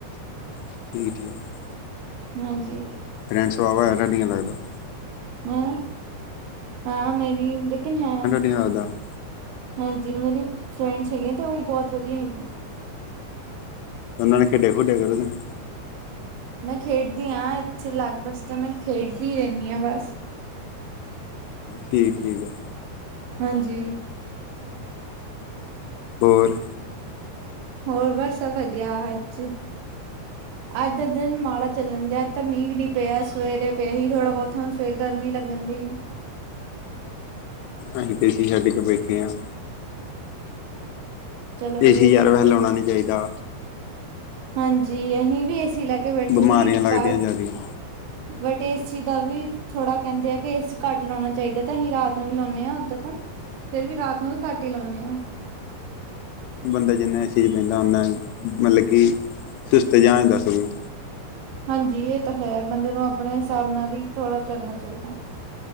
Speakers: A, on the left; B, on the right.
A: <unintelligible>
B: ਹਾਂਜੀ,
A: ਰੈਂਟ ਸਭਾਵਾ ਆ ਲੱਗਦਾ <unintelligible>
B: ਹੈ, ਹਾਂ ਮੇਂ ਵੀ ਉੰਦੇ ਕੋਲ ਜਾਨਾ ਹੈ।
A: ਦਾ <unintelligible>
B: ਹਾਂਜੀ ਮੇਰੀ ਫਰੈਂਡਸ ਹੈਗੀਆਂ, ਤੇ ਉਹ ਬਹੁਤ ਵਧੀਆ ਹੈਗੀਆਂ।
A: ਉਹਨਾਂ ਨਾਲ ਖੇਡੀਆਂ ਖੁਡੀਆਂ ਕਰੋ ਤੁਸੀਂ
B: ਮੈਂ ਖੇਡਦੀ ਹਾਂ ਇੱਥੇ ਅਲੱਗ ਬੱਸ ਤਾਂ ਮੈਂ ਖੇਡਦੀ ਰਹਿੰਦੀ ਹਾਂ ਬੱਸ
A: ਠੀਕ-ਠੀਕ ਆ।
B: ਹਾਂਜੀ,
A: ਹੋਰ?
B: ਹੋਰ ਬਸ ਵਧੀਆ ਅੱਜ ਅੱਜ ਦਾ ਦਿਨ ਮਾੜਾ ਚੱਲਣ ਡਿਆ ਅੱਜ ਤਾਂ ਮੀਂਹ ਵੀ ਨੀ ਪਿਆ ਸਵੇਰੇ ਪਿਆ ਹੀ ਥੋੜਾ ਬਹੁਤ ਹੁਣ ਫਿਰ ਗਰਮੀ ਲੱਗਣ ਦੀ
A: ਆਈ ਤੇ ਸਾਡੀਆਂ ਕਮੇਟੀਆਂ ਹਾਂ।
B: ਚਲੋ
A: ਤੇਜੀ
B: ਇਹ
A: ਯਾਰ
B: ਤਾਂ ਵਧੀਆ
A: ਵੈਲ ਆਣਾ
B: ਗੱਲ
A: ਨਹੀਂ ਚਾਹੀਦਾ
B: ਹਾਂਜੀ ਅਸੀਂ ਵੀ ਏਸੀ ਲਾ ਕੇ ਬੈਠੇ
A: ਬਿਮਾਰੀਆਂ
B: ਸੀ
A: ਲੱਗਦੀਆਂ
B: ਬਾਹਰ
A: ਜ਼ਿਆਦੀਆਂ
B: ਬਟ ਏਸੀ ਦਾ ਵੀ ਥੋੜਾ ਕਹਿੰਦੇ ਆ ਕਿ ਏਸੀ ਘੱਟ ਲਾਉਣਾ ਚਾਹੀਦਾ ਤੇ ਅਸੀਂ ਰਾਤ ਨੂੰ ਵੀ ਲਾਉਂਦੇ ਹਾਂ ਉਦਾਂ ਤਾਂ ਫਿਰ ਵੀ ਰਾਤ ਨੂੰ ਵੀ ਘੱਟ ਹੀ ਲਾਉਂਦੇ ਆਂ
A: ਬੰਦਾ ਜਿੰਨਾ ਇਸ ਚੀਜ਼ ਬਹਿੰਦਾ ਉਨਾ ਮਤਲਬ ਕਿ ਸੁੱਸਤ ਜਿਹਾ ਸਗੋਂ
B: ਹਾਂਜੀ ਇਹ ਤਾਂ ਹੈ ਬੰਦੇ ਨੂੰ ਆਪਣੇ ਹਿਸਾਬ ਨਾਲ ਹੀ ਥੋੜਾ ਚੱਲਣਾ ਚਾਹੀਦਾ